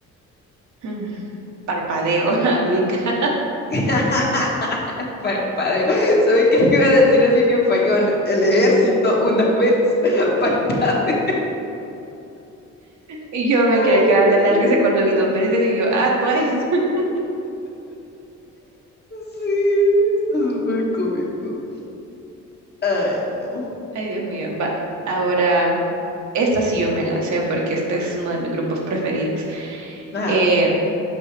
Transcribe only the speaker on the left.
<laughs> Parpadeo. ¿Sabes <laughs> qué te iba a decir así en español? El ejército una vez <laughs> parpadeo.
Ay,
no.
Sí, está súper cómico. Ay, no.
Ajá.